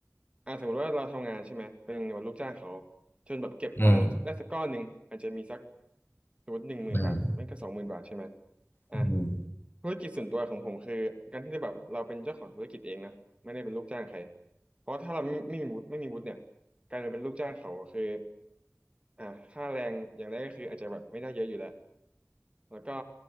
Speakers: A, on the right; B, on the left.
A: อ่าสมมติว่าเราทำงานใช่ไหมเป็นแบบลูกจ้างเขาจนแบบเก็บตังค์ได้สักก้อนหนึ่งอาจจะมีสัก
B: อืม
A: สมมติหนึ่งหมื่นบาทไม่ก็สองหมื่นบาทใช่ไหม
B: อืม
A: อ่ะ
B: อืม
A: ธุรกิจส่วนตัวของผมคือการที่จะแบบเราเป็นเจ้าของธุรกิจเองนะไม่ได้เป็นลูกจ้างใครเพราะถ้าเราไม่ไม่มีวุฒิไม่มีวุฒิเนี่ยการจะเป็นลูกจ้างเขาคือ อ่าค่าแรงอย่างแรกก็คืออาจจะแบบไม่ได้เยอะอยู่แล้ว แล้วก็